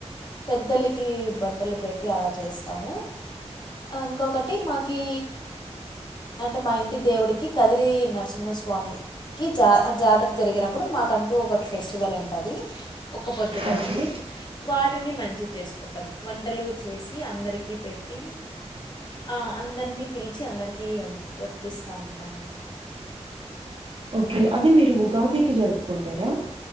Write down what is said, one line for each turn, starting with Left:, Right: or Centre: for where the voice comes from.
Left: పెద్దలకి బట్టలు పెట్టి అలా చేస్తాము ఆ ఇంకొకటి మాకి అంటే మా ఇంటి దేవుడికి కదిరి నరసింహ స్వామికి జా జాతర జరిగినప్పుడు మాకంటూ ఒక ఫెస్టివల్ ఉంటది ఒక పొద్దులు
Right: ఓకే
Left: అనేది వాటిని మంచిగా చేసుకుంటాం వంటలు చేసి అందరికీ పెట్టి ఆ అందరినీ పిలిచి అందరికీ వ వడ్డిస్తా ఉంటామండి
Right: ఓకే అది మీరు ఉగాదికి జరుపుకుంటారా